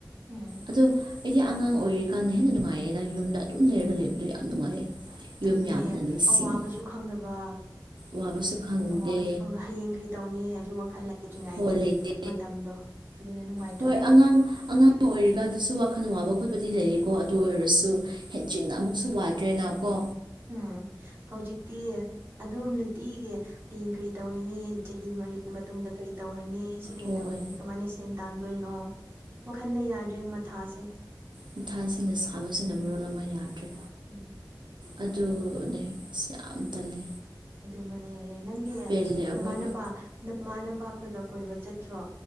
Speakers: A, on the right (about 25°); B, on the right (about 80°).
A: ꯎꯝ
B: ꯑꯗꯣ ꯑꯩꯗꯤ ꯑꯉꯥꯡ ꯑꯣꯏꯔꯤꯀꯥꯟꯗ ꯍꯦꯟꯅ ꯅꯨꯡꯉꯥꯏꯌꯦꯗ ꯌꯨꯝꯗ ꯑꯗꯨꯝ ꯂꯩꯔꯒ ꯂꯩꯕꯗꯣ ꯌꯥꯝ ꯅꯨꯡꯉꯥꯏꯌꯦ ꯌꯨꯝ
A: ꯑꯗꯨꯅꯦ
B: ꯌꯥꯝꯅ ꯅꯤꯡꯁꯤꯡꯉꯤ
A: ꯑꯋꯥꯕꯁꯨ ꯈꯪꯗꯕ
B: ꯋꯥꯕꯁꯨ ꯈꯪꯗꯦ
A: ꯑꯋꯥꯕꯁꯨ ꯈꯪꯗ ꯍꯌꯦꯡ ꯀꯔꯤ ꯇꯧꯅꯤ ꯍꯥꯏꯕꯁꯨ ꯋꯥꯈꯜ ꯀꯤꯉꯥꯏꯗꯒꯤ
B: ꯍꯣꯜ ꯂꯩꯇꯦ
A: ꯃꯇꯝꯗꯣ ꯑꯗꯨꯅ ꯅꯨꯡꯉꯥꯏꯇ꯭ꯔꯥ
B: ꯍꯣꯏ ꯑꯉꯥꯡ ꯑꯉꯥꯡ ꯑꯃ ꯑꯣꯏꯔꯤꯀꯥꯟꯗꯁꯨ ꯋꯥꯈꯜ ꯋꯥꯕ ꯈꯣꯠꯄꯗꯤ ꯂꯩꯌꯦꯀꯣ ꯑꯗꯨ ꯑꯣꯏꯔꯁꯨ ꯍꯦꯟꯖꯤꯟꯅ ꯑꯃꯨꯛꯁꯨ ꯋꯥꯗ꯭ꯔꯦꯅꯀꯣ
A: ꯎꯝ ꯍꯧꯖꯤꯛꯇꯤ ꯑꯗꯨꯝ ꯅꯨꯡꯇꯤꯒꯤ ꯍꯌꯦꯡ ꯀꯔꯤ ꯇꯧꯔꯤꯅꯤ ꯃꯔꯤ ꯃꯇꯨꯡꯗ ꯀꯔꯤ ꯇꯧꯔꯅꯤ ꯑꯩ ꯁꯤ ꯀꯩ
B: ꯍꯣꯏ
A: ꯇꯧꯔꯤꯅꯤ ꯀꯃꯥꯏꯅ ꯁꯦꯟ ꯇꯥꯟꯗꯣꯏꯅꯣ ꯋꯥꯈꯟꯗ ꯌꯥꯗ꯭ꯔꯦ ꯃꯊꯥꯁꯦ
B: ꯃꯥꯊꯥꯁꯤꯅ ꯁꯥꯕꯁꯤꯅ ꯃꯔꯣꯜ ꯑꯃ ꯌꯥꯗ꯭ꯔꯦ
A: ꯎꯝ
B: ꯑꯗꯨꯅꯦ ꯌꯥꯝ ꯇꯜꯂꯦ
A: ꯑꯗꯨꯃ ꯂꯩꯔꯦ ꯅꯪꯗꯤ
B: ꯄꯦꯜꯂꯦ
A: ꯅꯃꯥꯅꯄꯥ
B: ꯑꯋꯣꯏꯕ
A: ꯅꯃꯥꯅꯄꯥ ꯈꯣꯏꯒ ꯀꯣꯏꯕ ꯆꯠꯇ꯭ꯔꯣ